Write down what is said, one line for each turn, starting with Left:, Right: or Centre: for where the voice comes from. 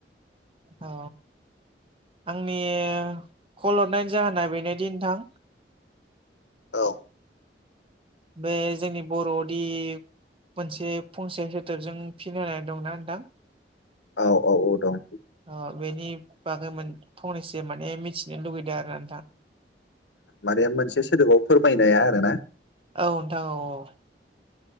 Right: औ आंनि कल हरनायनि जाहोना बेनोदि नोंथां
Left: औ।
Right: बे जोंनि बर'नि मोनसे फंसे सोदोबजों फिन होनाय दंना नोंथां।
Left: औ औ औ दं
Right: ओ बेनि बांगै मोन फंनैसो माने मिथिनो लुुबैदों आरो ना नोंथां।
Left: माने मोनसे सोदोबाव फोरमायनाया आरो ना?
Right: औ नोंथां औ औ।